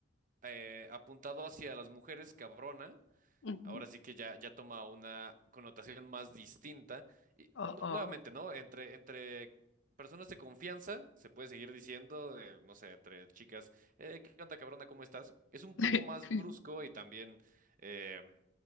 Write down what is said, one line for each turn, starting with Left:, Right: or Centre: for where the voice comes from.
Right: eh, apuntado hacia las mujeres, cabrona,
Left: ujú,
Right: Ahora sí que ya, ya toma una connotación más distinta. Y
Left: Oh,
Right: nu-
Left: oh.
Right: nuevamente, ¿no? Entre, entre personas de confianza, se puede seguir diciendo, eh, no sé, entre chicas, eh, ¿qué onda, cabrona? ¿Cómo estás? Es un
Left: <laughs>
Right: poco más brusco y también, eh,